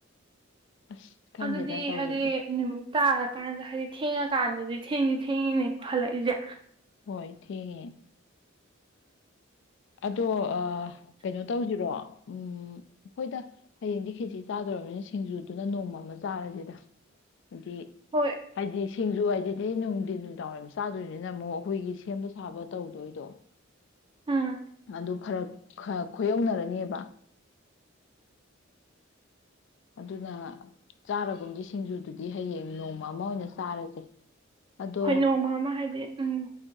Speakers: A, on the left; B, on the right.
A: ꯑꯁ ꯈꯪꯗꯦꯗ
B: ꯑꯗꯨꯗꯤ
A: ꯇꯧꯔꯤꯁꯦ
B: ꯍꯥꯏꯗꯤ ꯅꯨꯃꯤꯠ ꯇꯥꯔꯀꯥꯟꯗ ꯍꯥꯏꯗꯤ ꯊꯦꯡꯉꯀꯥꯟꯗꯗꯤ ꯊꯦꯡꯉ ꯊꯦꯡꯉꯤꯅꯦꯀꯣ ꯍꯜꯂꯛꯏꯁꯦ
A: ꯍꯣꯏ ꯊꯦꯡ ꯑꯗꯣ ꯀꯩꯅꯣ ꯇꯧꯁꯤꯔꯣ ꯑꯩꯈꯣꯏꯗ ꯍꯌꯦꯡꯗꯤ ꯈꯦꯖꯤ ꯆꯥꯗꯧꯅꯤꯅ ꯁꯤꯡꯖꯨꯗꯨꯅ ꯅꯣꯡꯃ ꯑꯃ ꯆꯥꯔꯁꯤꯗ ꯑꯗꯨꯗꯤ
B: ꯍꯣꯏ
A: ꯍꯥꯏꯗꯤ ꯁꯤꯡꯖꯨ ꯍꯥꯏꯗꯨꯗꯤ ꯅꯨꯡꯗꯤ ꯅꯨꯡꯗꯥꯡꯋꯥꯏꯔꯝ ꯆꯥꯗꯣꯏꯅꯤꯅ ꯑꯃꯨꯛ ꯑꯩꯈꯣꯏꯒꯤ ꯁꯦꯝꯕ ꯁꯥꯕ ꯇꯧꯗꯣꯏꯗꯣ
B: ꯎꯝ
A: ꯑꯗꯨ ꯐꯔꯛ ꯈꯣꯏꯌꯧꯅꯔꯅꯦꯕ ꯑꯗꯨꯅ ꯆꯥꯔꯒꯨꯝꯒꯤ ꯁꯤꯡꯖꯨꯗꯨꯗꯤ ꯍꯌꯦꯡ ꯅꯣꯡꯃ ꯑꯃ ꯑꯣꯏꯅ ꯆꯥꯔꯁꯦ ꯑꯗꯣ
B: ꯍꯣꯏ ꯅꯣꯡꯃ ꯑꯃ ꯍꯥꯏꯕꯤ ꯎꯝ